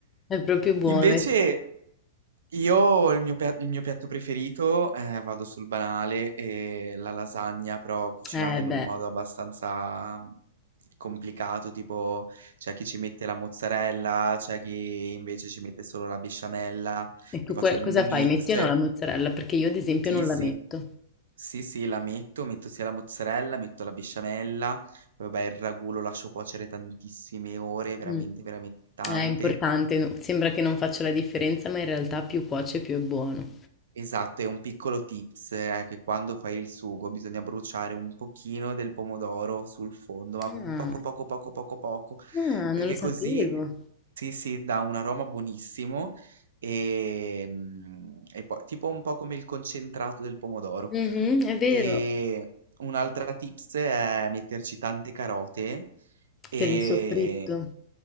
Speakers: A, on the left; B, on the right.
A: È proprio buono.
B: Invece,
A: E
B: Io il mio, pia- il mio piatto preferito, eh, vado sul banale, è la lasagna, però cucinata
A: eh,
B: in
A: beh,
B: un modo abbastanza mm, complicato, tipo c'è chi ci mette la mozzarella, c'è chi invece ci mette solo la besciamella,
A: e tu
B: io faccio
A: que-
B: un
A: cosa
B: mix,
A: fai? Metti o no la mozzarella? Perché io ad esempio
B: sì
A: non
B: sì,
A: la metto.
B: sì sì, la metto, metto sia la mozzarella, metto la besciamella, poi vabbè il ragù lo lascio cuocere tantissime ore, veramente
A: Mm.
B: veramente tante,
A: È importante, no? Sembra che non faccia la differenza, ma in realtà più cuoce più è buono.
B: Esatto, è un piccolo tips, è che quando fai il sugo bisogna bruciare un pochino del pomodoro sul fondo, ma
A: Ah,
B: proprio poco, poco, poco, poco, poco,
A: ah,
B: perché
A: non lo sapevo.
B: così, eh, sì, sì, dà un aroma buonissimo e, mm, e poi tipo un po' come il concentrato del pomodoro.
A: Mhm, è vero.
B: E un'altra tips è metterci tante carote e
A: Per il soffritto.